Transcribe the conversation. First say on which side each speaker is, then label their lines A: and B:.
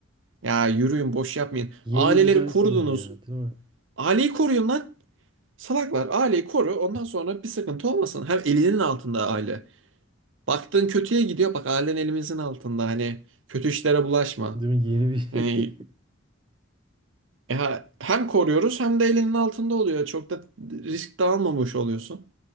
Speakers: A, on the right; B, on the right.
A: Ya yürüyün boş yapmayın.
B: Yeni
A: Aileleri
B: düzen
A: korudunuz.
B: kurun ya, değil mi?
A: Aileyi koruyun lan. Salaklar aileyi koru. Ondan sonra bir sıkıntı olmasın. Hem elinin altında aile. Baktığın kötüye gidiyor. Bak ailen elimizin altında. Hani kötü işlere bulaşma.
B: Değil mi? Yeni bir şey.
A: Yani ya hem koruyoruz hem de elinin altında oluyor. Çok da risk de almamış oluyorsun.